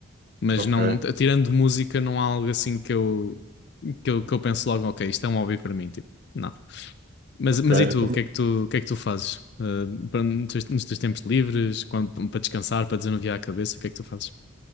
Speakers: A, on the left; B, on the right.
A: mas
B: ok,
A: não, t- tirando música, não há algo assim que eu, que eu, que eu penso logo, ok, isto é um hobby para mim, tipo, não. Mas,
B: ok.
A: mas e tu,
B: Então,
A: o que é que tu, o que é que tu fazes? Ah, para- nos teus, nos teus tempos livres, quando- para descansar, para desanuviar a cabeça, o que é que tu fazes?